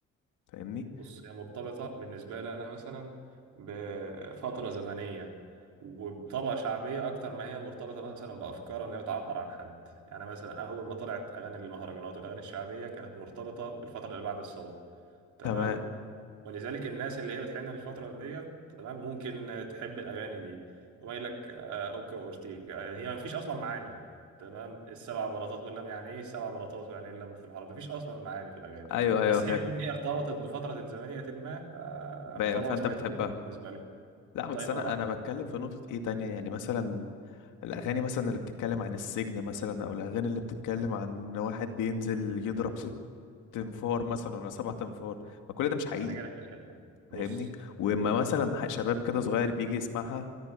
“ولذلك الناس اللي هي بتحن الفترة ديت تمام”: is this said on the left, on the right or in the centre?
Right